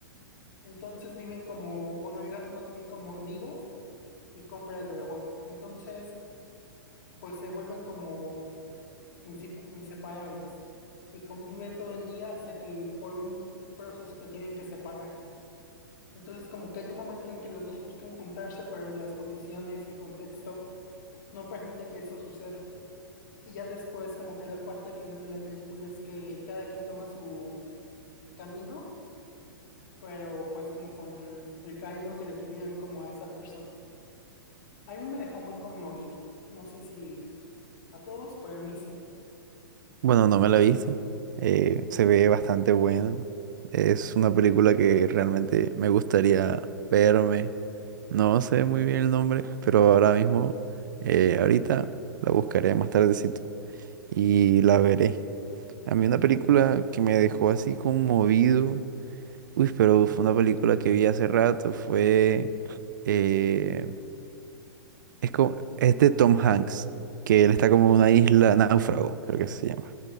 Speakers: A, on the left; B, on the right.
A: Entonces viven como, bueno, el gato no tenía como amigos y compra el robot. Entonces, pues se vuelven como insep- inseparables y conviven todo el día hasta que por un proceso se tienen que separar. Entonces, como que hay un momento en que los dos buscan juntarse, pero las condiciones y el contexto no permite que eso suceda. Y ya después, como que la parte final de la película es que cada quien toma su camino, pero pues como con el cariño que le tuvieron como a esa persona. A mí me dejó muy conmovido. No sé si a todos, pero a mí sí.
B: Bueno, no me la he visto. Eh, se ve bastante buena. Es una película que realmente me gustaría verme. No sé muy bien el nombre, pero ahora mismo, eh, ahorita la buscaré más tardecito y la veré. A mí una película que me dejó así conmovido. Uy, pero fue una película que vi hace rato. Fue... eh, es, co- es de Tom Hanks, que él está como en una isla náufrago, creo que se llama.